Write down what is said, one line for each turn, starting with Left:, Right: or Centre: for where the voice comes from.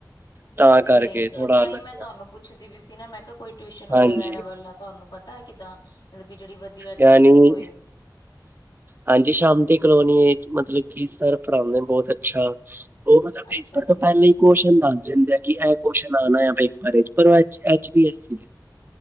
Right: ਤਾਂ
Left: ਤੇ
Right: ਕਰਕੇ ਥੋੜਾ
Left: ਤਾਂ ਹੀ ਮੈਂ ਤੁਹਾਨੂੰ
Right: ਆ।
Left: ਪੁੱਛਦੀ ਵੀ ਸੀ ਨਾ, ਮੈਂ ਕੇਆ ਕੋਈ ਟਿਊਸ਼ਨ ਵਗੈਰਾ
Right: ਹਾਂਜੀ
Left: ਵੱਲਾਂ ਤੁਹਾਨੂੰ ਪਤਾ ਏ ਕਿੱਦਾਂ ਮਤਲਬ ਕਿ ਜੇਹੜੀ ਵਧੀਆ ਟੀਚਰ
Right: ਯਾਨੀ
Left: ਹੋਏ।
Right: ਹਾਂਜੀ ਸ਼ਾਮ ਦੀ ਕਲੋਨੀ ਇੱਚ ਮਤਲਬ ਕਿ ਸਰ ਪਰਾਉਂਦੇ ਨੇ ਬੋਹਤ ਅੱਛਾ, ਉਹ ਮਤਲਬ ਪੇਪਰ
Left: ਅੱਛਾ
Right: ਤੋਂ
Left: ਜੀ
Right: ਪੇਹਲੇ ਹੀ ਕੋਸ਼ਨ ਦੱਸ ਦੇਂਦੇ ਆ ਕਿ ਏਹ ਕੋਸ਼ਨ ਆਣਾ ਆ ਪੇਪਰ ਇੱਚ ਪਰ ਐਚ, ਐਚ ਬੀ ਐਸ ਦੇ।